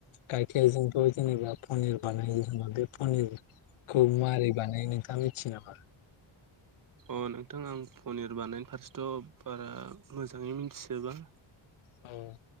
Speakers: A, on the left (about 85°); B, on the right (about 45°).
A: गायखेरजोंथ' जेनेबा पनिर बानायो बे पनिर खौ मारै बानायो नोंथाङा मिथियो नामा?
B: अ नोंथां आं पनिर बानायनायनि फारसेथ' बारा मोजाङै मिथिजोबा।
A: औ।